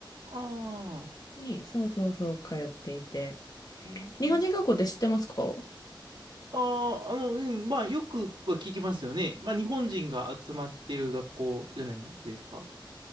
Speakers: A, on the right (about 65°); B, on the left (about 50°).
A: ああ。
B: に、そうそうそう、通っていて。
A: うん、
B: 日本人学校って知ってますか
A: うん。ああ、あの、うん。まあ、よくは聞きますよね。まあ、日本人が集まってる学校じゃないですか。